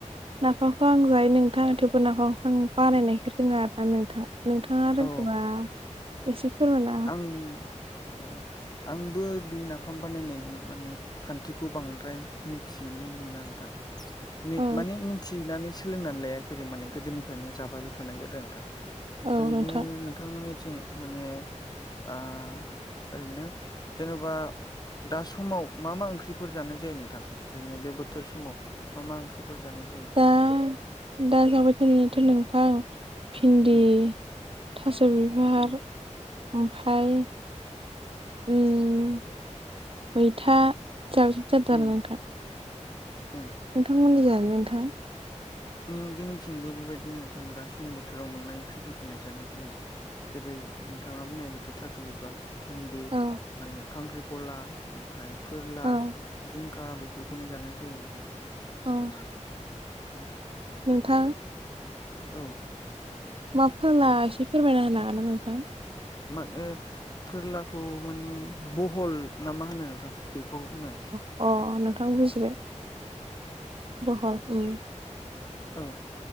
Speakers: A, on the right; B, on the left.
A: नाफामखौ आं जायो नोंथां थेवबो नाफामखौ आं बानायनायखो रोङा आरो ना नोंथां। नोंथाङा
B: औ
A: रोंगोबा एसे फोरमायना
B: ओम ओ आंबो बि नाफाम बानायनायनि माने खान्थिखौ बांद्राय मिथिनो मोना नोंथां। मिथ
A: औ
B: माने मिथिनानै सोलोंनानै लाया खै माने गोदोनिफ्रायनो जाबायल' थानाय जादों नोंथां।
A: औ
B: ओरैनो
A: नोंथां
B: नोंथांमोननिथिं माने आह ओरैनो जेन'बा दा समाव मा मा ओंख्रिफोर जानाय जायो नोंथां ओरैनो बे बोथोर समाव। मा मा ओंख्रिफोर जानाय जायो।
A: दा दा जाबाय थानायाथ' नोंथां भिन्दि
B: उम
A: थास' बिबार
B: उम
A: ओमफाय उम मैथा जानाय जादो
B: उम
A: आरो नोंथां।
B: उम
A: नोंथांमोननिजालाय नोंथां।
B: उम जोंनिथिंबो बेबायदिनो नोंथां दा सम बोथोराव मोननाय ओंख्रिफोरखौनो जानाय जायो। जेरै नोंथाङा बुंनाय बायदि थास' बिबार भिन्दि
A: औ
B: माने खांख्रिखला। ओमफाय फोरला
A: औ
B: जिंखा बेफोरखौनो जानाय जायो नोंथां।
A: औ
B: ओ अ
A: नोंथां।
B: औ।
A: मा फोरला
B: औ
A: एसे फोरमायना होनो हागोन ना नोंथां।
B: मा ओ फोरलाखौ माने बहल ना मा होनो नोंथां। बेखौ होनो।
A: अह नोंथां बुजिबाय बहल उम।
B: औ।